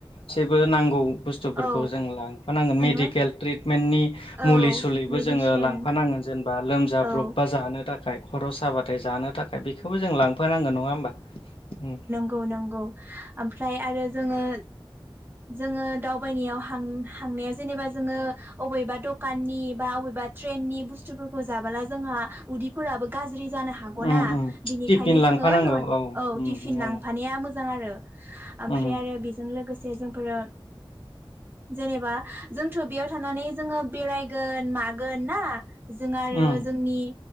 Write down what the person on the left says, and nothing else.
बो नांगौ बुस्थुफोरखौ
जों लांफानांगोन
मेडिकेल ट्रिटमेन्टनि
मुलि सुलिबो
जोङो लांफानांगोन जेनेबा लोमजाब्रबबा
जानो थाखाय खर' साबाथाय जानो थाखाय बेखौबो जों लांफानांगोन नङा होमबा? उम।
उम उम
टिफिन
लांफानांगौ
उम
नंगौ
उम
उम